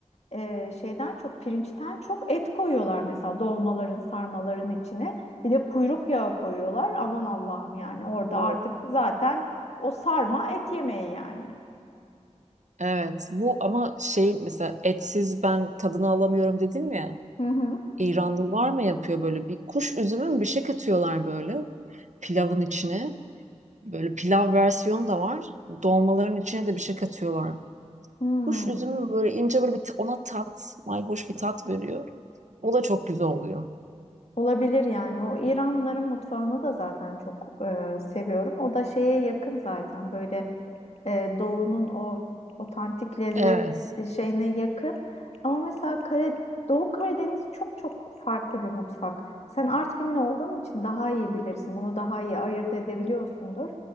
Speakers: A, on the left; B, on the right.
A: e, şeyden çok pirinçten çok et koyuyorlar mesela dolmaların, sarmaların içine. Bir de kuyruk yağı koyuyorlar. Aman Allah'ım yani orada
B: Bu-
A: artık zaten o sarma et yemeği yani.
B: Evet bu ama şey mesela etsiz ben tadını alamıyorum dedim ya.
A: Hı hı.
B: İranlılar mı yapıyor böyle bir kuş üzümü mü bir şey katıyorlar böyle pilavın içine. Böyle pilav versiyonu da var. Dolmaların içine de bir şey katıyorlar.
A: Hmm.
B: Kuş üzümü böyle ince böyle bir t- ona tat, mayhoş bir tat veriyor. O da çok güzel oluyor.
A: Olabilir yani. O İranların mutfağını da zaten çok e, seviyorum. O da şeye yakın zaten böyle e, doğunun o otantik lezzet
B: Evet.
A: şeyine yakın. Ama mesela Kare- Doğu Karadeniz çok çok farklı bir mutfak. Sen Artvinli olduğun için daha iyi bilirsin. Bunu daha iyi ayırt edebiliyorsundur.